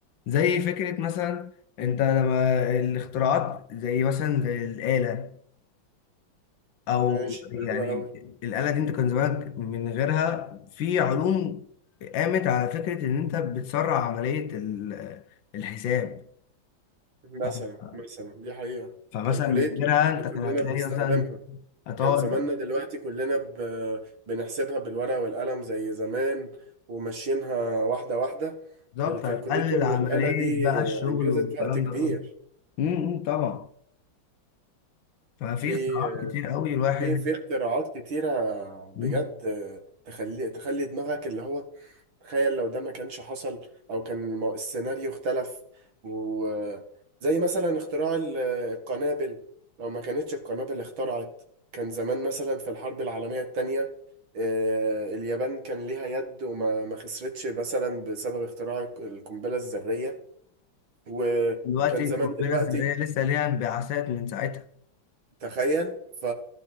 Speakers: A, on the left (about 70°); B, on the right (about 75°).
A: زي فكره مثلا انت لما الاختراعات زي مثلا زي الاله او
B: ماشي
A: يعني
B: حلوة أوي
A: الاله دي انت كان زمانك من غيرها في علوم قامت على فكره ان انت بتسرع عمليه ال- الحساب
B: مثلا
A: ف-
B: مثلا دي حقيقة
A: فمثلا
B: كالكوليتور
A: من غيرها انت
B: اللي كلنا
A: كان هتلاقي
B: بنستخدمها
A: مثلا هتقعد
B: كان زماننا دلوقتي كلنا ب... بنحسبها بالورقة والقلم زي زمان وماشيينها واحدة واحدة
A: بالظبط
B: الكالكوليتور
A: هتقلل عمليه
B: والآلة دي
A: بقى
B: أنجزت
A: الشغل والكلام
B: وقت كبير
A: ده كله امم طبعا ففي
B: في
A: اختراعات كتير قوي الواحد
B: في في اختراعات كتيرة بجد
A: مم.
B: تخلي تخلي دماغك اللي هو تخيل لو ده ما كانش حصل او كان المو- السيناريو اختلف وزي مثلا اختراع ال- القنابل لو ما كانتش القنابل اخترعت كان زمان مثلا في الحرب العالمية التانية آه، اليابان كان ليها يد وما ما خسرتش مثلا بسبب اختراع الق- القنبلة الذرية وكان
A: دلوقتي
B: زمان
A: القنبله
B: دلوقتي
A: الذريه لسه ليها انبعاثات من ساعتها
B: تخيل ف...